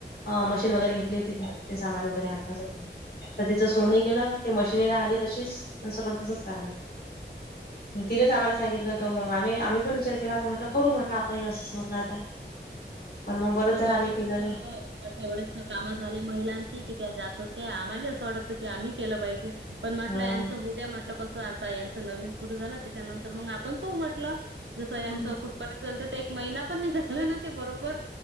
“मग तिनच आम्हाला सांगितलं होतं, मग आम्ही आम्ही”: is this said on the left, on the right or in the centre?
Left